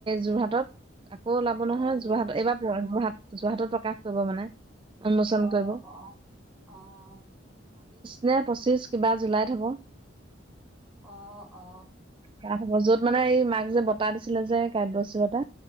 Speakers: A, on the right (about 25°); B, in the centre.
A: যোৰহাটত আকৌ ওলাব নহয়
B: অঁ জো
A: যোৰহাট এইবাৰ যোৰহাট যোৰহাটত প্ৰকাশ কৰিব মানে উন্মোচন
B: আহ
A: কৰিব
B: অ আহ
A: ন পঁচিছ কিবা জুলাইত হ'ব
B: অ' অ
A: তাত হ'ব য'ত মানে এই মাক যে বতটা দিছিলে যে কাব্যশ্ৰী বতটা